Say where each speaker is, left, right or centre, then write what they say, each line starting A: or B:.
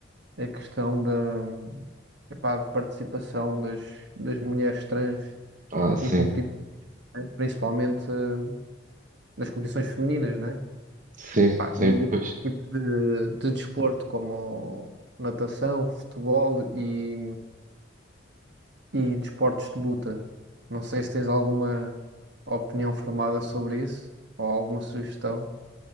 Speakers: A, on the right; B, on the right.
A: a questão da, epá, de participação das, das mulheres trans
B: Ah, sim,
A: em competições, né? principalmente eh, nas competições femininas, né?
B: sim,
A: Pá,
B: sim,
A: e em diversos
B: pois.
A: tipos de, de desporto, como natação, futebol e e desportos de luta. Não sei se tens alguma opinião formada sobre isso ou alguma sugestão.